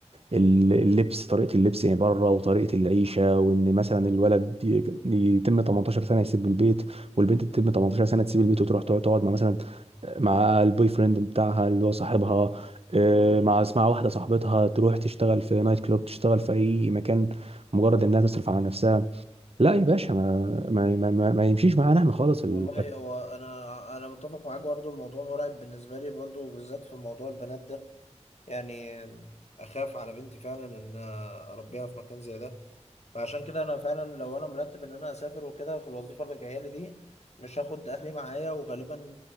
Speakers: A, on the right (about 55°); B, on the left (about 65°).
A: ال- اللبس طريقة اللبس يعني بره وطريقة العيشة وإن مثلا الولد ي- يتم 18 سنة يسيب البيت والبنت تتم 18 سنة تسيب البيت وتروح تقعد تقعد مع مثلا مع البوي فريند بتاعها اللي هو صاحبها آه،
B: مم.
A: مع مع واحدة صاحبتها تروح تشتغل في نايت كلوب تشتغل في أي مكان مجرد إنها تصرف على نفسها لا يا باشا ما ما ما, ما ما يمشيش معانا احنا خالص ال-
B: والله هو انا انا متفق معاك برضو الموضوع مرعب بالنسبه لي برضو بالذات في موضوع البنات ده يعني اخاف على بنتي فعلا ان اربيها في مكان زي ده فعشان كده انا فعلا لو انا مرتب ان انا اسافر وكده في الوظيفه اللي جايه لي دي مش هاخد اهلي معايا وغالبا